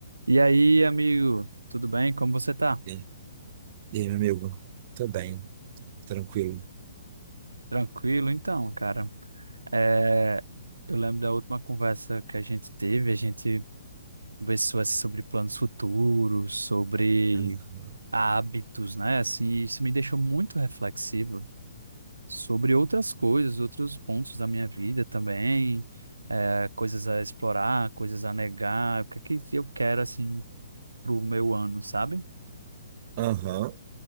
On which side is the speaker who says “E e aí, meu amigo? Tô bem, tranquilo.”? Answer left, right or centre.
Right